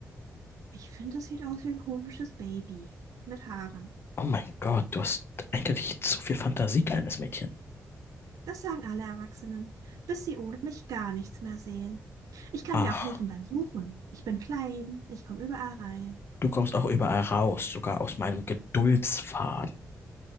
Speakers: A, on the right; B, on the left.
A: Ich finde, es sieht aus wie ein komisches Baby mit Haaren.
B: Oh mein Gott, du hast eindeutig zu viel Fantasie, kleines Mädchen.
A: Das sagen alle Erwachsenen, bis sie ohne mich gar nichts mehr sehen. Ich kann
B: Ach,
A: dir auch helfen beim Suchen. Ich bin klein, ich komme überall rein.
B: du kommst auch überall raus, sogar aus meinem Geduldsfaden.